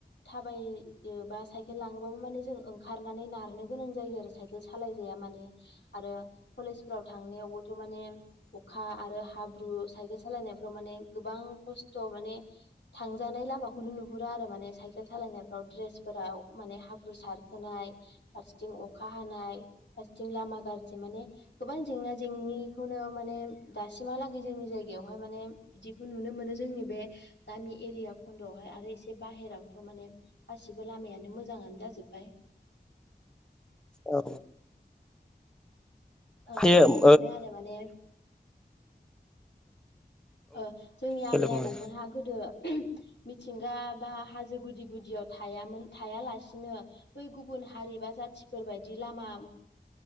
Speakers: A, on the left; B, in the centre.
A: थाबायोबा साइ लाङोबाबो माने जों ओंखारनानैनो नारनो गोनां जायो आरो सायखेल सालाय जाया माने आरो केजाव थांनायावबोथ' माने अखा आरो हाब्रु साइकेल सालायनायफ्राव माने गोबां-' खस्थ' माने थांजानाय लामाखौनो नुहुरा आरो माने साइकेल सालायनायफ्राव दड्रेसफोराव माने हाब्रु सारखोनाय फारसेथिं अखा हानाय फारसेथिं लामा गाज्रि माने गोबां जेंना जेंनिखौनो माने दासिमहालागै जोंनि जायगायावहाय माने बिदिखौ नुनो मोनो। जोंनि बे गामि एरिया खन्दआवहाय आरो एसे बाहेरावथ' माने गासिबो लामाय मोजां मोजाङानो जाजोब्बाय।
B: औ।
A: ओ
B: ए
A: आङो
B: ओम
A: सानो आरो माने ओ जोंनि आबै
B: देलाय बुंलाय
A: आबौमोनहा गोदो मिथिंगा बा हाजो गुदि गुदियाव थायामोन थायालासिनो बै गुबुन हारि बा जाथिफोर बायदि लामा